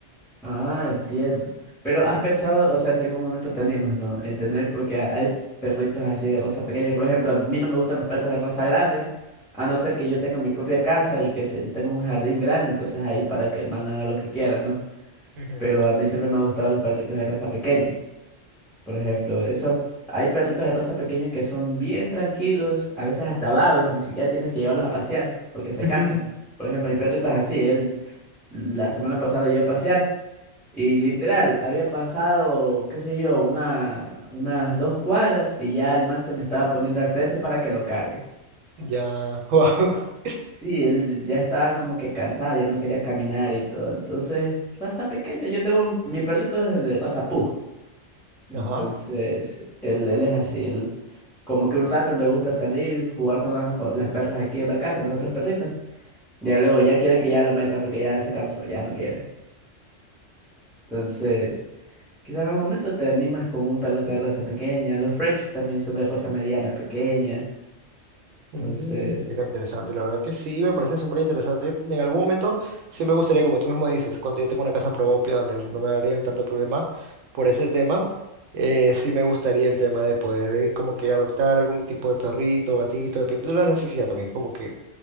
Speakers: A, in the centre; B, on the right.
A: Ah, entiendo. Pero has pensado, o sea, si en un momento te animas, ¿no? En tener, porque ha- hay perritos así de raza pequeña. Por ejemplo, a mí no me gustan los perros de raza grande, a no ser que yo tenga mi propia casa y que se- tenga un jardín grande, entonces ahí para que el man haga lo que quiera, ¿no?
B: Ujú.
A: Pero a mí siempre me han gustado los perritos de raza pequeña. Por ejemplo, esos, hay perritos de raza pequeña que son bien tranquilos, a veces hasta vagos, ni siquiera tienes que llevarlos a pasear porque se
B: <laughs>
A: cansan. Por ejemplo, mi perrito es así, él la semana pasada lo llevé a pasear. Y literal, había pasado, qué sé yo, una, unas dos cuadras y ya el man se me estaba poniendo al frente para que lo cargue.
B: Ya, <laughs> wow.
A: Ya. Sí, él ya estaba como que cansado, ya no quería caminar y todo. Entonces, raza pequeña, yo tengo un- mi perrito es de raza pug. Entonces,
B: Ajá.
A: él, él es así, él como que un rato le gusta salir y jugar con las, o- las perras aquí en la casa, las otras perritas. Ya luego ya quiere que ya lo metan porque ya se cansó, ya no quiere. Entonces... Quizás en algún momento te animas con un perrito de raza pequeña. Los French también son de raza mediana pequeña.
B: Mm,
A: Entonces,
B: Mira, interesante, la verdad que sí, me parece súper interesante. En algún momento sí me gustaría, como tú mismo dices, cuando yo tengo una casa propia donde no me harían tanto problema por ese tema, eh, sí me gustaría el tema de poder eh, como que adoptar algún tipo de perrito, gatito, dependiendo de la necesidad también, como que